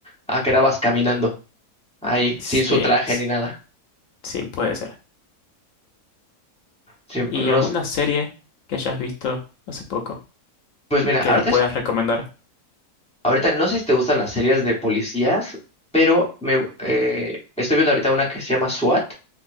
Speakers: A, in the centre; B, on the left (about 65°).
A: Ah, quedabas caminando ahí,
B: Sí,
A: sin su traje
B: s-
A: ni nada.
B: sí, puede ser.
A: Sí,
B: ¿Y
A: no
B: alguna
A: s-
B: serie que hayas visto hace poco
A: pues mira,
B: que
A: ahorita,
B: puedas
A: es-
B: recomendar?
A: ahorita no sé si te gustan las series de policías, pero me gu- eh, estoy viendo ahorita una que se llama SWAT.